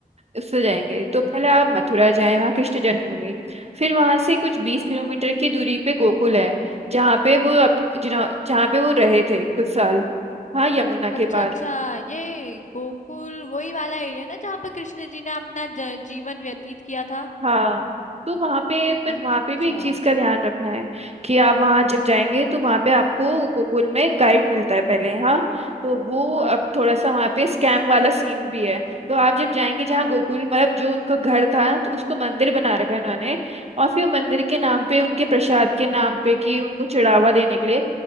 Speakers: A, on the right (about 40°); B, on the left (about 50°).
A: उससे जाएंगे तो पहले आप मथुरा जाएं वहाँ कृष्ण जन्मभूमि फिर वहां से कुछ बीस किलोमीटर की दूरी पे गोकुल है जहाँ पे वो अप- जिन्हों- जहाँ पे वो रहे थे कुछ साल हाँ यमुना के
B: अच्छा
A: पार
B: अच्छा ये गोकुल वही वाला एरिया ना जहाँ पर कृष्ण जी ने अपना ज- जीवन व्यतीत किया था
A: हाँ तो वहाँ पे पर
B: अच्छा
A: वहाँ पे
B: अच्छा
A: भी एक चीज का ध्यान रखना है कि आप वहाँ जब जाएंगे तो वहाँ पे आपको गूगल में गाइड मिलता है पहले हाँ तो वो
B: हाँ
A: अब थोड़ा सा वहाँ पे स्कैम वाला सीन भी है तो आप जब जाएंगे जहाँ गोकुल मतलब जो उनका घर था तो उसको मंदिर बना रखा है उन्होंने और फिर मंदिर के नाम पे उनके प्रसाद के नाम पे कि उनको चढ़ावा देने के लिए